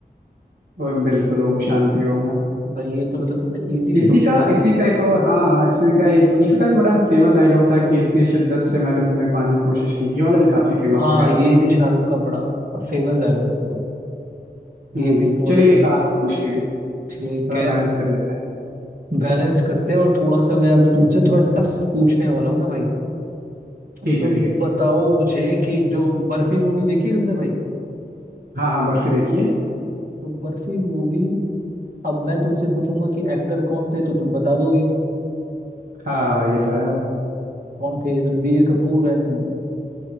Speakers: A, on the right; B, on the right.
A: वो बिल्कुल ओम शांति ओम है
B: भाई ये तो मतलब तुमने इजी
A: इसी
B: पूछ
A: का
B: लिया
A: इसी का एक और हाँ इसी का ये इसका भी बड़ा फेमस डायलॉग था कि इतनी शिद्दत से मैंने तुम्हें पाने की कोशिश की ये वाला भी काफी फेमस
B: हाँ
A: हो गया
B: ये
A: था
B: भी शाहरुख का बड़ा फेमस डायलॉग था
A: हम्म
B: ये भी बहुत
A: चलिए
B: फेमस
A: एक आप पूछ लीजिए
B: ठीक
A: थोड़ा
B: है
A: बैलेंस कर लेते हैं
B: बैलेंस करते हैं और थोड़ा सा मैं अब तुमसे थोड़ा टफ पूछने वाला हूँ ना भाई तो
A: ठीक है ठीक है
B: बताओ मुझे कि जो बर्फी मूवी देखी है तुमने भाई
A: हाँ हाँ बर्फी देखिए
B: तो बर्फी मूवी अब मैं तुमसे पूछूंगा कि एक्टर कौन थे तो तुम बता दोगे
A: हाँ ये तो है
B: कौन थे रणबीर कपूर एंड